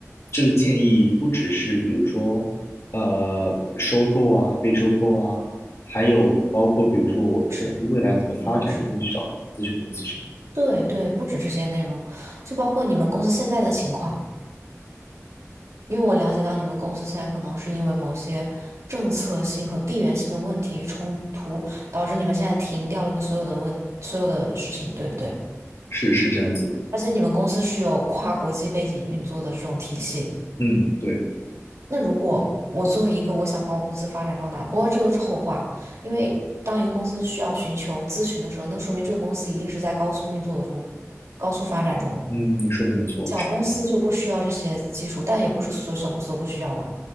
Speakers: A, on the left; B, on the right.
A: 这个建议不只是比如说，呃，收购啊，被收购啊，还有包括比如说我公司未来要怎么发展，
B: 嗯，是，不止。
A: 也会去找咨询公司，是吗？
B: 对对，不止这些内容，就包括你们公司现在的情况，因为我了解到你们公司现在可能是因为某些政策性和地缘性的问题冲突，导致你们现在停掉了你们所有的问，所有的事情，对不对？
A: 是是这样子，
B: 而且你们公司是有跨国际背景运作的这种体系。
A: 嗯，对，
B: 那如果我作为一个我想把我公司发展壮大，不过这都是后话，因为当一个公司需要寻求咨询的时候，那说明这个公司一定是在高速运作中、高速发展中。
A: 嗯，你说的没错，
B: 小公司就不需要这些技术，
A: 是这样，
B: 但也不是所有小公司都不需要嘛。